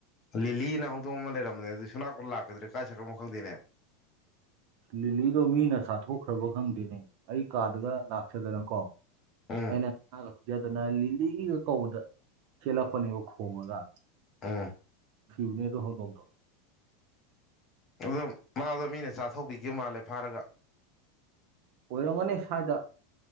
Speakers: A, on the left; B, on the right.
A: ꯂꯤꯂꯤꯅ ꯍꯧꯗꯣꯡ ꯑꯃ ꯂꯩꯔꯝꯕꯅꯦ ꯁꯨꯅꯥ ꯀꯟ ꯂꯥꯛꯀꯗ꯭ꯔꯦ ꯀꯥꯏ ꯁ꯭ꯔꯨꯣ ꯈꯪꯗꯦꯅꯦ
B: ꯂꯤꯂꯤꯗꯣ ꯃꯤꯅ ꯆꯥꯊꯣꯛꯈ꯭ꯔꯕ ꯈꯪꯗ꯭ꯅꯦ ꯑꯩ ꯀꯥꯗꯒ ꯂꯥꯛꯆꯗꯅ ꯀꯣ
A: ꯎꯝ
B: ꯑꯩꯅ ꯉꯥꯒ ꯄꯤꯖꯗꯅ ꯂꯤꯂꯤꯒꯤꯒ ꯀꯧꯕꯗ ꯆꯦꯜꯂꯛꯄꯅꯦꯕ ꯈꯣꯡꯉꯒ
A: ꯎꯝ
B: ꯁꯤꯔꯅꯦꯗ ꯍꯗꯣꯗ
A: ꯑꯝ ꯃꯥꯗꯣ ꯃꯤꯅ ꯆꯥꯊꯣꯛꯄꯤꯈꯤꯕ ꯃꯥꯜꯂꯦ ꯐꯥꯔꯒ
B: ꯑꯣꯏꯔꯝꯒꯅꯤ ꯁꯥꯏꯗ